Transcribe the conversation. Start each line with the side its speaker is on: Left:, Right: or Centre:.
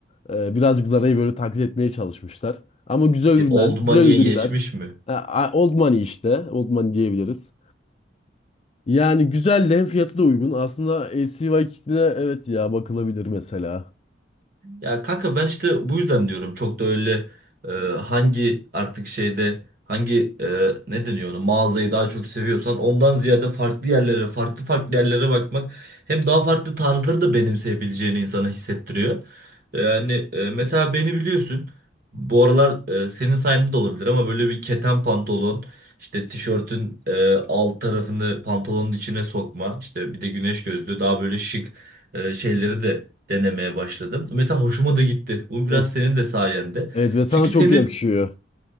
Left: Ee, birazcık Zara'yı böyle taklit etmeye çalışmışlar. Ama güzel ürünler,
Right: Bir old money'e
Left: güzel ürünler.
Right: geçmiş mi?
Left: Ha, a- Old Money işte, Old Money diyebiliriz. Yani güzel de hem fiyatı da uygun. Aslında L C LCY Kick'le evet ya bakılabilir mesela.
Right: Ya kanka ben işte bu yüzden diyorum çok da öyle e, hangi artık şeyde hangi e, ne deniyor ona mağazayı daha çok seviyorsan ondan ziyade farklı yerlere farklı farklı yerlere bakmak hem daha farklı tarzları da benimseyebileceğini insana hissettiriyor. E, Yani e, mesela beni biliyorsun bu aralar e, senin sayende de olabilir ama böyle bir keten pantolon işte tişörtün e, alt tarafını pantolonun içine sokma işte bir de güneş gözlüğü daha böyle şık e, şeyleri de denemeye başladım. Mesela hoşuma da gitti. Bu biraz
Left: Ve,
Right: senin de sayende.
Left: evet ve sana
Right: Çünkü senin
Left: çok yakışıyor.